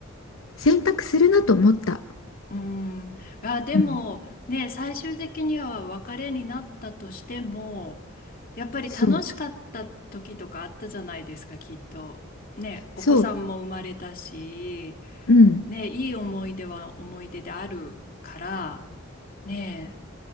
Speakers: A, on the left (about 80°); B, on the left (about 45°).
A: 選択するなと思った、
B: あ、うん。あ、でもね、
A: うん、
B: 最終的には別れになったとしても、やっぱり楽しかった時とかあったじゃないですか、
A: そう
B: きっと。ね、お子さんも生まれたし、
A: そううん
B: ね、いい思い出は思い出であるから、ね、